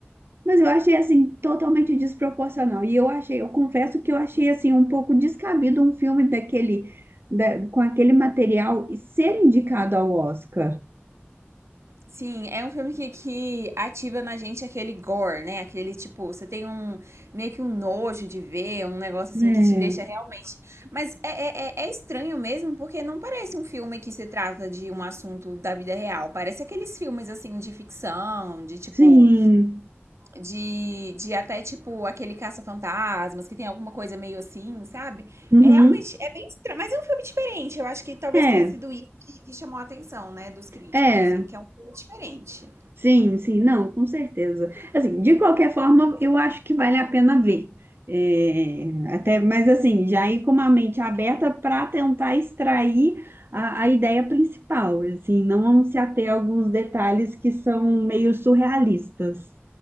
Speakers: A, on the right; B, on the right.
A: mas eu achei assim totalmente desproporcional. E eu achei, eu confesso que eu achei assim um pouco descabido um filme daquele da- com aquele material e ser indicado ao Oscar.
B: Sim, é um filme que, que ativa na gente aquele gore, né? Aquele tipo, você tem um meio que um nojo de ver, um negócio assim
A: É,
B: que te deixa realmente. Mas é, é, é é estranho mesmo, porque não parece um filme que se trata de um assunto da vida real. Parece aqueles filmes assim de ficção, de tipo.
A: sim.
B: De, de até tipo aquele caça-fantasmas, que tem alguma coisa meio assim, sabe?
A: Uhum.
B: É realmente, é bem estranho, mas é um filme diferente. Eu acho que talvez
A: É.
B: tenha sido isso que, que chamou a atenção, né, dos críticos,
A: É,
B: assim, é que é um filme diferente.
A: sim, sim, não, com certeza. Assim, de qualquer forma, eu acho que vale a pena ver. É, até, mas assim, já ir com uma mente aberta para tentar extrair a, a ideia principal, assim, não se ater a alguns detalhes que são meio surrealistas.